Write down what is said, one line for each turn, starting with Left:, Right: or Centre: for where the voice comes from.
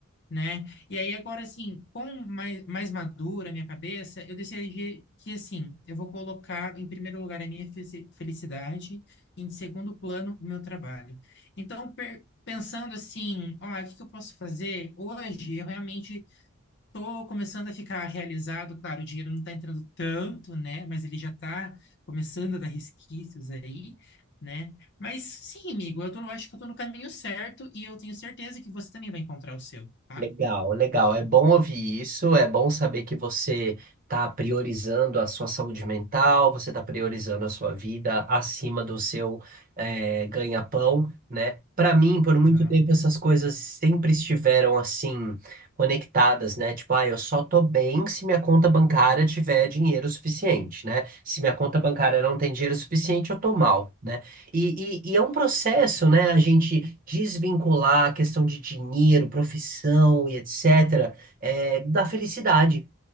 Left: né? E aí agora, assim, com mais, mais madura a minha cabeça, eu decidi que, assim, eu vou colocar em primeiro lugar a minha fe- felicidade e em segundo plano o meu trabalho. Então, per- pensando assim, ó, o que que eu posso fazer hoje? Eu realmente Tô começando a ficar realizado, claro, o dinheiro não tá entrando tanto, né? Mas ele já tá começando a dar resquícios aí, né? Mas sim, amigo, eu tô, eu acho que eu tô no caminho certo e eu tenho certeza que você também vai encontrar o seu, tá?
Right: Legal, legal. É bom ouvir isso, é bom saber que você está priorizando a sua saúde mental, você está priorizando a sua vida acima do seu eh, ganha-pão, né? Para mim, por
Left: Aham,
Right: muito tempo, essas coisas sempre estiveram assim, conectadas, né? Tipo, ah, eu só tô bem se minha conta bancária tiver dinheiro suficiente, né? Se minha conta bancária não tem dinheiro suficiente, eu tô mal, né? E, e- e é um processo, né? A gente desvincular a questão de dinheiro, profissão e etc., é, da felicidade.